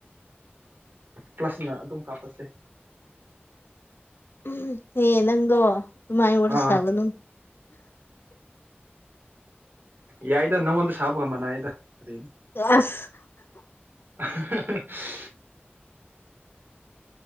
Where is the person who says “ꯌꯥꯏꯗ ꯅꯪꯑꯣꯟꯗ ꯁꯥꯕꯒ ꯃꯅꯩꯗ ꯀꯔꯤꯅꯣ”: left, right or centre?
Right